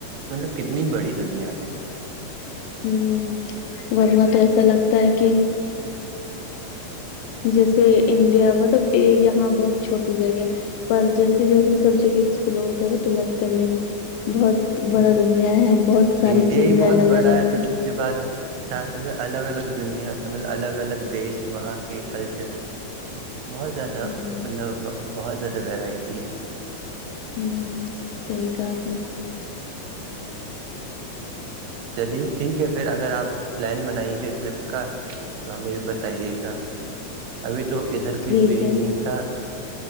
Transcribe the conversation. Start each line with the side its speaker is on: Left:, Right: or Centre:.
Right: مطلب کتنی بڑی دنیا ہے
Left: ہوں ورنہ تو ایسا لگتا ہے کہ جیسے انڈیا مطلب یہاں بہت چھوٹی جگہ پر جیسی جیسی سب جگہ ایکسپلور کرو تو لگتا نہیں بہت بڑا
Right: ہوں
Left: دنیا ہے بہت ساری
Right: انڈیا
Left: چیزیں
Right: ہی بہت
Left: الگ
Right: بڑا
Left: الگ
Right: پھر
Left: ہے
Right: اس کے بعد ساتھ میں الگ الگ دنیا مطلب الگ الگ دیش وہاں کے کلچر بہت زیادہ
Left: ہوں
Right: مطلب بہت زیادہ وورائٹی ہے
Left: ہوں سی کا <unintelligible>
Right: چلیے ٹھیک ہے پھر اگر آپ پلان بنائی گے ٹرپ کا تو ہمیں بھی بتائیے گا ابھی تو ادھر کوئی
Left: ٹھیک
Right: فری
Left: ہے
Right: نہیں تھا